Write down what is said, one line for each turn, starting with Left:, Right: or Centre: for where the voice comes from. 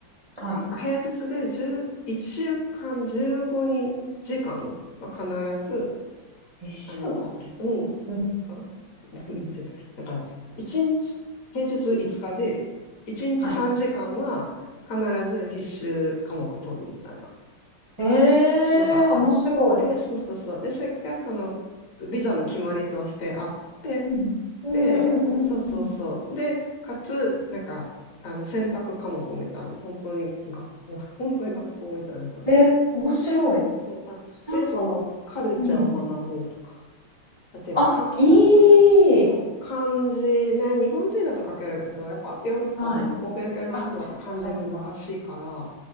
Right: はい。
Left: なんか平日で10、週間15時間は必ず、
Right: 一週間じ
Left: あの、うん、
Right: ゅうん、
Left: あ、ななんていうか、だから、1日、平日5日で、1日3時間は必ず必修科目取るみたいな。
Right: はい。ええ、
Left: のがあって、
Right: 面白い。
Left: そうそうそう。で、それがこのビザの決まりとしてあって、
Right: うん。うんうんうんうん。
Left: で、そうそうそう。で、かつ、なんか、あの選択科目みたいな、本当に学校、本当に学校みたいな感じ。
Right: え、面白い。
Left: そうあって、
Right: なんか
Left: そのカルチャーを学ぼうとか、
Right: うん。
Left: 例えばか、
Right: あ、いい。
Left: そう、漢字ね、日本人だと書けるけど、やっぱヨーロッパの欧米系の人はさ、
Right: はい。あ、そっかそっか。
Left: 漢字難しいから、